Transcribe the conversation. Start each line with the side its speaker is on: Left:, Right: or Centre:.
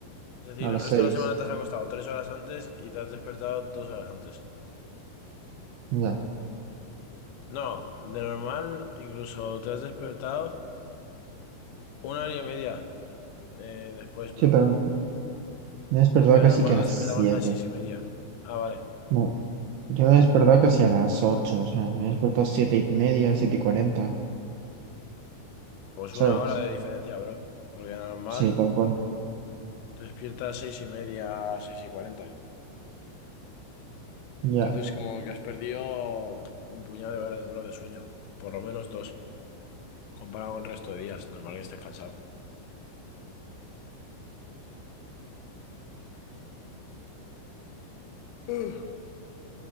Left: Es decir,
Right: a las
Left: el resto
Right: seis
Left: de la semana te has acostado tres horas antes y te has despertado dos horas antes.
Right: Ya.
Left: No, de normal incluso te has despertado una hora y media eh, después, bro.
Right: Sí, pero me he despertado
Left: Porque de
Right: casi
Left: normal
Right: que a
Left: nos
Right: las
Left: despertamos
Right: siete
Left: a las seis y media. Ah, vale.
Right: No, yo me he despertado casi a las ocho O sea, me he despertado 7 y media, siete y cuarenta
Left: Pues una
Right: ¿Sabes?
Left: hora de diferencia, bro. Porque de normal
Right: Sí, tal cual.
Left: te despiertas a seis y media, seis y cuarenta.
Right: Ya.
Left: Entonces como que has perdido pff, un puñado de horas, bro, de sueño. Por lo menos dos, comparado con el resto de días. Normal que estés cansado. Uf.